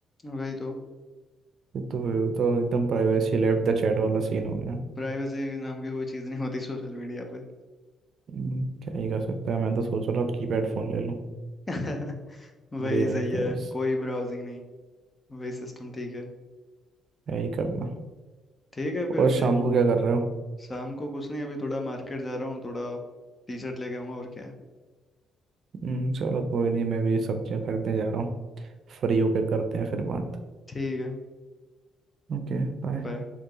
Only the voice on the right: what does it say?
ये तो तो एकदम प्राइवेसी लेफ्ट द चैट वाला सीन हो गया
हम्म, क्या ही कर सकता है मैं तो सोच रहा हूँ कीपैड फ़ोन ले लूँ
वही रह
गया
बस
क्या ही करना
और शाम
को क्या कर रहे हो
हम्म, चलो कोई नहीं मैं भी सब्जियां खरीदने जा रहा हूँ फ्री होके करते हैं फिर बात
Okay bye